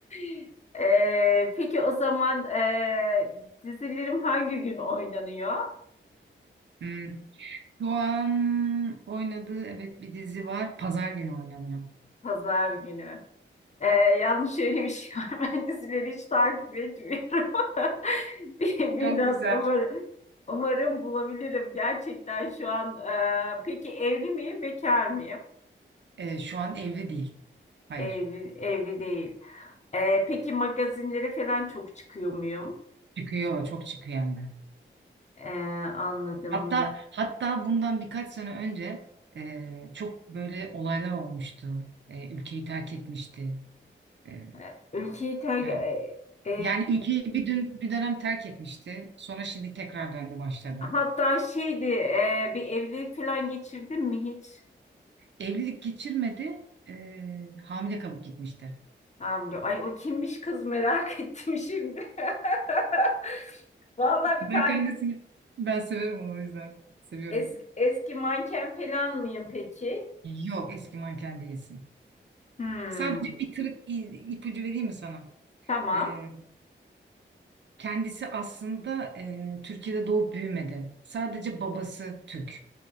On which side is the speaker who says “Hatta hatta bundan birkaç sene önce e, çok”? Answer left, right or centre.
Right